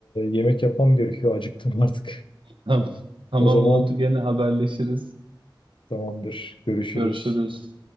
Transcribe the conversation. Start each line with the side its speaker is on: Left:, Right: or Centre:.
Left: yemek yapmam gerekiyor. Acıktım artık. <laughs>
Right: <laughs> Tamam. Tamam
Left: O zaman
Right: oldu gene haberleşiriz.
Left: tamamdır. Görüşürüz.
Right: Görüşürüz.